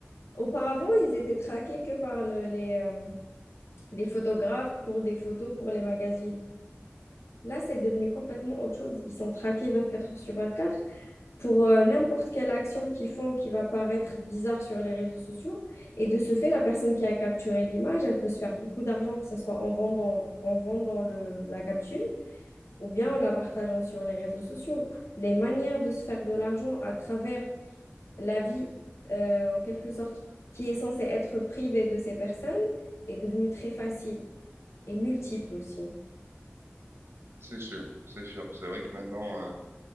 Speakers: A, on the left; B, on the right.
A: Auparavant, ils étaient traqués que par le- les, euh, les photographes pour des photos pour les magazines. Là, c'est devenu complètement autre chose. Ils sont traqués 24 heures sur 24 pour euh, n'importe quelle action qu'ils font qui va paraître bizarre sur les réseaux sociaux. Et de ce fait, la personne qui a capturé l'image, elle peut se faire beaucoup d'argent, que ce soit en vendant, en vendant le- la capsule ou bien en la partageant sur les réseaux sociaux. Les manières de se faire de l'argent à travers la vie, euh, en quelque sorte, qui est censée être privée de ces personnes, est devenue très facile et multiple aussi.
B: C'est sûr, c'est sûr. C'est vrai que maintenant, euh,